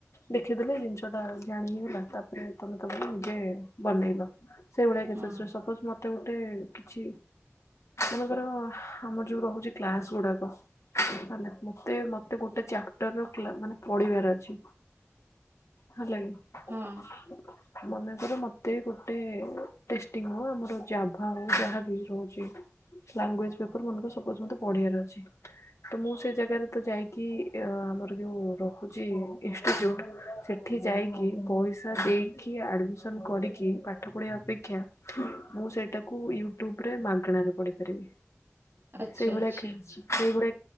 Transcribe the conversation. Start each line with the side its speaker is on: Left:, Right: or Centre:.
Left: ଦେଖିଦେଲେ ଜିନିଷ ଟା ଜାଣିହେଇଗଲା ତାପରେ ତମେ ତମର ନିଜେ ସେ ବନେଇବ। ସେଇଭଳିଆ କେସେସ୍
Right: ହଁ
Left: ରେ ସପୋଜ ମତେ ଗୋଟେ କିଛି ମନେକର ଆମର ଯୋଉ ରହୁଛି କ୍ଲାସ୍ ଗୁଡ଼ାକ ହେଲା ମତେ ମତେ ଗୋଟେ ଚା <unintelligible> ମାନେ ପଢ଼ିବାର ଅଛି ହେଲାକି ହୁଁ।
Right: ହଁ।
Left: ମନେକର ମତେ ଗୋଟେ ଟେଷ୍ଟିଙ୍କ୍ ହଉ ଆମର ଜାଭା ହଉ ଯାହା ବି ରହୁଛି ଲାଙ୍ଗୁଏଜ ପେପର ମନେକର ସପୋଜ ମତେ ପଢ଼ିବାର ଅଛି ତ ମୁଁ ସେ ଜାଗାରେ ତ ଯାଇକି ଆମର ଯୋଉ ରହୁଛି ଇନଷ୍ଟିଚ୍ୟୁଟ୍ ସେଠି ଯାଇକି ପଇସା ଦେଇକି ଆଡ଼ମିସନ୍ କରିକି ପାଠ ପଢ଼ିବା ଅପେକ୍ଷା ମୁଁ ସେଇଟାକୁ ୟୁଟ୍ୟୁବରେ ମାଗଣାରେ ପଢି଼ପାରିବି।
Right: ଆଚ୍ଛା
Left: ସେଇଭଳିଆ
Right: ଆଚ୍ଛା
Left: ସେଇଭଳିଆ